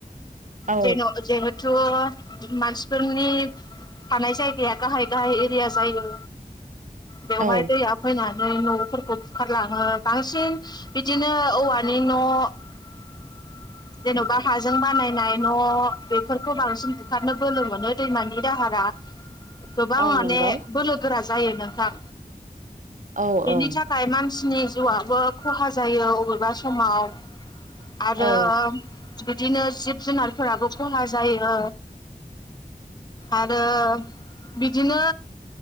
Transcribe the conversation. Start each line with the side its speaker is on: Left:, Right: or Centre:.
Right: औ
Left: जे जिहेथु मानसिफोरनि थानाय जाय गाया गाहाय गाहाय एरिया जायो बेवहाय
Right: औ
Left: दैया फैनानै न'फोरखौ बुखारलाङो बांसिन बिदिनो औवानि न' जेन'बा हाजों बानायनाय न' बेफोरखौ बांसिन बुखारनो बोलो मोनो दैमानि दाहारा गोबां
Right: औ
Left: माने
Right: नंगौ
Left: बोलो गोरा जायो नोंथां
Right: औ
Left: बेनि
Right: औ
Left: थाखा य मानसिनि जिउआबो खहा जायो अबेबा समाव आरो
Right: औ
Left: बिदिनो जिब जुनारफोराबो खहा जायो आरो बिदिनो